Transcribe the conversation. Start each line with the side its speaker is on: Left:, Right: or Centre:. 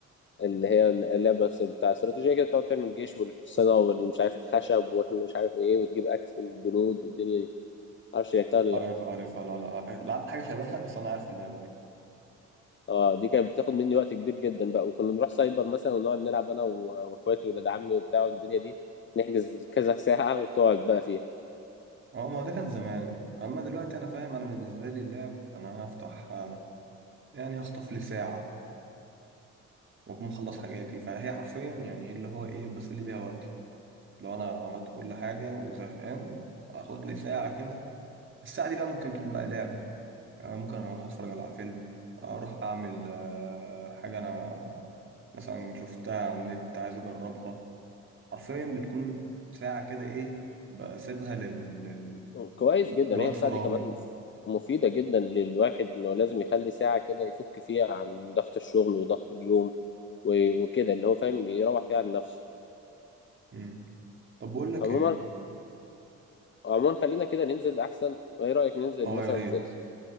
Left: اللي هي اللعبة س- بتاع استراتيجية كده بتقعد تعمل جيش والحصانة والمش عارف الخشب والمش عارف إيه وتجيب أكل الجنود والدنيا دي معرفش لعبتها ولا لأ
Right: عارف عارف لا لا عارف. لعبت حاجة شبهها بس أنا عارف اللعبة
Left: اه دي كانت بتاخد مني وقت كبير جدا بقى وكنا نروح سايبر مثلا ونقعد نلعب انا و- واخواتي ولاد عمي وبتاع الدنيا دي نحجز كذا ساعة وتقعد بقى فيها
Right: اه ما هو ده كان زمان اما دلوقتي انا فاهم انا بالنسبه لي اللعب انا هفتح آه، يعني هخطف لي ساعه واكون مخلص حاجاتي فهي حرفيا يعني اللي هو ايه بسلي بيها وقتي لو انا عملت كل حاجه وزهقان اخد لي ساعه كده الساعه دي بقى ممكن تكون بقى لعب يعني ممكن اروح اتفرج على فيلم اروح اعمل آه، حاجه انا مثلا شفتها على النت عايز اجربها حرفيا بتكون ساعه كده ايه بسيبها لل... لل...
Left: كويس جدا
Right: لوقت
Left: هي الساعة
Right: فراغي
Left: دي كمان مف- مفيدة جدا للواحد انه لازم يخلي ساعة كده يفك فيها عن ضغط الشغل وضغط اليوم و- وكده اللي هو فاهم يروح فيها عن نفسه
Right: مم. طب بقول لك
Left: عموما
Right: ايه
Left: عموما خلينا كده ننزل احسن ايه رأيك ننزل
Right: اه
Left: مثلا
Right: يا ريت
Left: في